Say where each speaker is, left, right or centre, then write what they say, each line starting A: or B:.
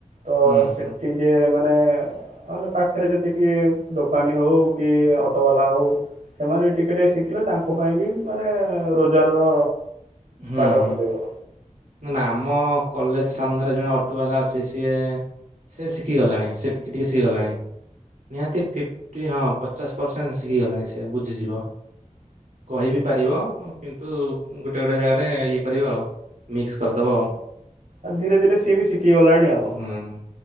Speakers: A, on the right; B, on the right.
A: ତ
B: ହୁଁ
A: ସେଠି
B: ହୁଁ
A: ଯିଏ ମାନେ ମାନେ ପାଖରେ ଯେତିକି ଦୋକାନୀ ହଉ କି ଅଟୋ ବାଲା ହଉ। ସେମାନେ ବି ଟିକେ ଟିକେ ଶିଖିଲେ ତାଙ୍କ ପାଇଁ ବି ମାନେ ରୋଜଗାରର
B: ହୁଁ
A: ବାଟ
B: ହୁଁ
A: ଖୋଲିବ।
B: ନା ନା ଆମ କଲେଜ ସାମ୍ନାରେ ଜଣେ ଅଟୋ ବାଲା ଅଛି ସିଏ ସିଏ ଶିଖିଗଲାଣି ସିଏ ଟିକେ ଟିକେ ଶିଖିଗଲାଣି। ନିହାତି ଫିଫଟି ହଁ ପଚାଶ ପରସେଣ୍ଟ ଶିଖିଗଲାଣି ସେ ବୁଝିଯିବ। କହିବି ପାରିବ କିନ୍ତୁ ଗୋଟେ ଗୋଟେ ଜାଗାରେ ଇଏ କରିବ ଆଉ। ମିକ୍ସ କରିଦବ ଆଉ।
A: ଆଉ ଧୀରେ ଧୀରେ ସିଏବି ଶିଖି ଗଲାଣି ଆଉ।
B: ହୁଁ।